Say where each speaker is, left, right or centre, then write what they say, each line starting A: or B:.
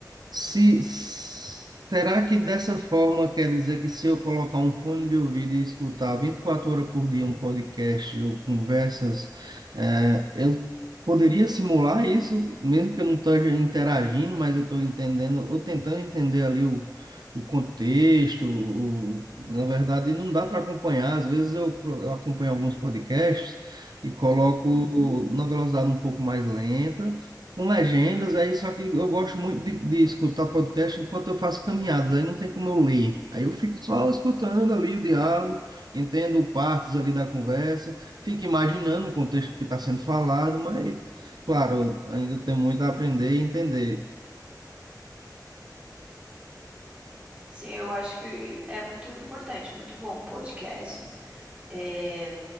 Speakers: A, on the right; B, on the right.
A: Se, será que dessa forma quer dizer que se eu colocar um fone de ouvido e escutar 24 horas por dia um podcast ou conversas, eh, eu poderia simular isso, mesmo que eu não esteja interagindo, mas eu estou entendendo, ou tentando entender ali o, o contexto, o, na verdade não dá para acompanhar, às vezes eu, pro- eu acompanho alguns podcasts e coloco
B: Uhum.
A: na velocidade um pouco mais lenta, com legendas, aí só que eu gosto muito de, de escutar podcast enquanto eu faço caminhadas, aí não tem como eu ler. Aí eu fico só escutando ali o diálogo, entendo partes ali da conversa, fico imaginando o contexto que está sendo falado, mas, claro, ainda tem muito a aprender e entender.
B: Sim, eu acho que é muito importante, muito bom podcasts. É,